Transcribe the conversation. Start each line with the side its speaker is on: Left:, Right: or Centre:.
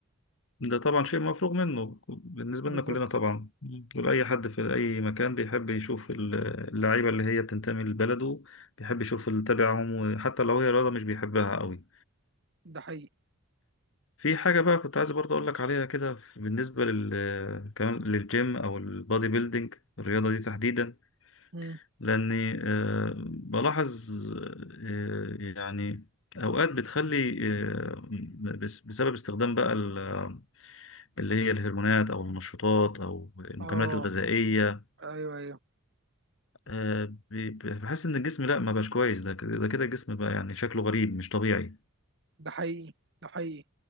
Left: ده طبعا شيء مفروغ منه بالنسبة
Right: بالظبط
Left: لنا كلنا طبعا مم. دول أي حد في أي مكان بيحب يشوف ال- اللعيبة اللي هي بتنتمي لبلده بيحب يشوف اللي تبعهم وحتى لو هي رياضة مش بيحبها قوي
Right: ده حقيقي
Left: في حاجة بقى كنت عايز برضه أقول لك عليها كده بالنسبة لل كمان للجيم أو البادي بيلدينج الرياضة دي تحديدا
Right: مم.
Left: لأني آه، بلاحظ آه، يعني أوقات بتخلي آه، بس- بسبب استخدام بقى ال- اللي هي الهرمونات أو المنشطات أو المكملات
Right: اه
Left: الغذائية
Right: ايوه ايوه
Left: آه، ب- بحس إن الجسم لأ ما بقاش كويس ده كده ده كده الجسم بقى يعني شكله غريب مش طبيعي
Right: ده حقيقي ده حقيقي